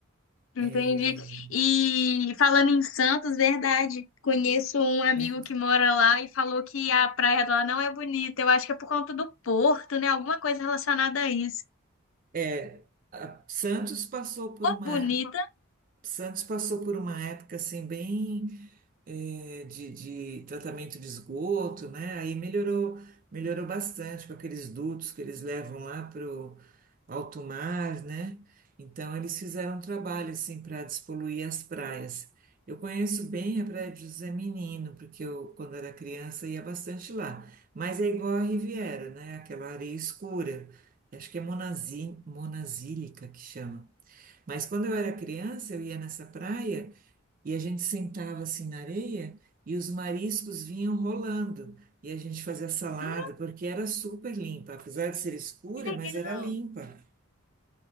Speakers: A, on the left; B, on the right.
A: entendi.
B: É,
A: E falando em Santos, verdade, conheço um amigo
B: né?
A: que mora lá e falou que a praia lá não é bonita. Eu acho que é por conta do porto, né? Alguma coisa relacionada a isso.
B: É, a- Santos passou por
A: Ô,
B: uma,
A: bonita.
B: Santos passou por uma época assim bem eh, de, de tratamento de esgoto, né? Aí melhorou, melhorou bastante com aqueles dutos que eles levam lá para o alto mar, né? Então eles fizeram um trabalho assim para despoluir as praias. Eu conheço bem a Praia de José Menino, porque eu, quando era criança, ia bastante lá. Mas é igual a Riviera, né? Aquela areia escura. Acho que é monazí, monazílica que chama. Mas quando eu era criança, eu ia nessa praia e a gente sentava assim na areia e os mariscos vinham rolando e a gente fazia salada,
A: Hum,
B: porque era super limpa, apesar de ser escura,
A: que legal.
B: mas era limpa.